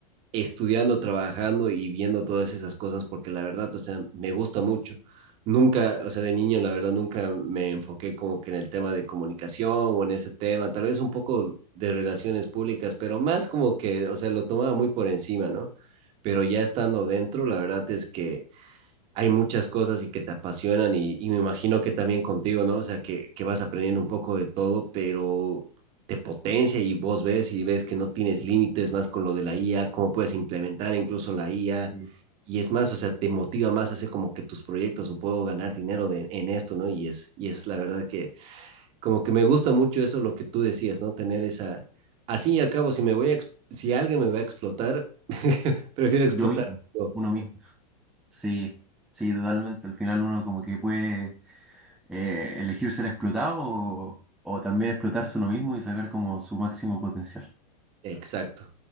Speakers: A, on the right (about 25°); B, in the centre.
A: estudiando, trabajando y viendo todas esas cosas porque la verdad, o sea, me gusta mucho. Nunca, o sea, de niño, la verdad, nunca me enfoqué como que en el tema de comunicación o en ese tema, tal vez un poco de relaciones públicas, pero más como que, o sea, lo tomaba muy por encima, ¿no? Pero ya estando dentro, la verdad es que hay muchas cosas y que te apasionan y, y me imagino que también contigo, ¿no? O sea, que, que vas aprendiendo un poco de todo, pero te potencia y vos ves y ves que no tienes límites más con lo de la IA, cómo puedes implementar incluso la IA.
B: Sí.
A: Y es más, o sea, te motiva más a hacer como que tus proyectos o puedo ganar dinero de, en esto, ¿no? Y es, y es la verdad que como que me gusta mucho eso, lo que tú decías, ¿no? Tener esa, al fin y al cabo, si me voy a, ex- si alguien me va a explotar, <laughs> prefiero explotar.
B: Yo mismo,
A: yo.
B: uno mismo. Sí, sí, totalmente. Al final uno como que puede eh, elegir ser explotado o, o también explotarse uno mismo y sacar como su máximo potencial.
A: Exacto.